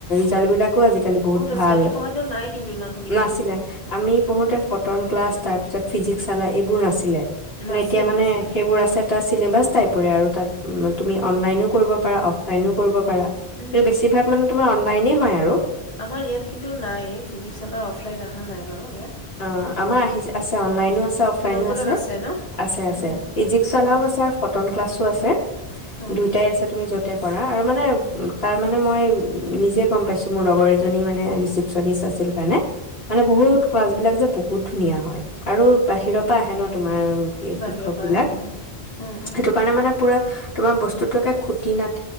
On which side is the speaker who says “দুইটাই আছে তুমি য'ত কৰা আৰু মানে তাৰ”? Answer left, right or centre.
Left